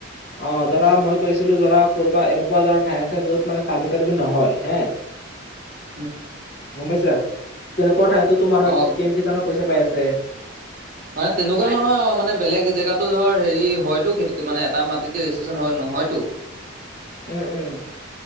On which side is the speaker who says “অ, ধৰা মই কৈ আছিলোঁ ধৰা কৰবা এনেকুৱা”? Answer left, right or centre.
Left